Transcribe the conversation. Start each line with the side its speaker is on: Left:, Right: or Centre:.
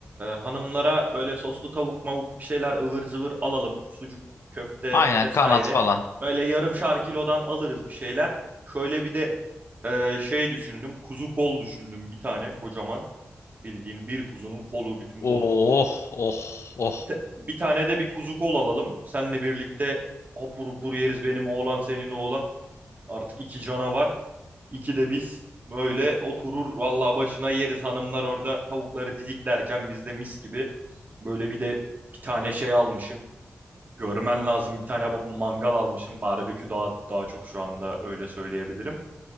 Right: hanımlara böyle soslu tavuk mavuk bir şeyler ıvır zıvır alalım. Sucuk, köfte
Left: Aynen
Right: vesaire.
Left: kanat falan.
Right: Böyle yarımşar kilodan alırız bir şeyler. Şöyle bir de e, şey düşündüm. Kuzu kol düşündüm bir tane kocaman. Bildiğin bir kuzunun kolu, bütün kolu.
Left: Oh oh oh.
Right: Bir, ta- bir tane de bir kuzu kol alalım. Seninle birlikte hapur hupur yeriz benim oğlan senin oğlan. Artık iki canavar. İkide biz böyle oturur vallahi başına yeriz hanımlar orada tavukları didiklerken biz de mis gibi böyle bir de bir tane şey almışım. Görmen lazım bir tane mangal almışım. Barbekü daha daha çok şu anda öyle söyleyebilirim.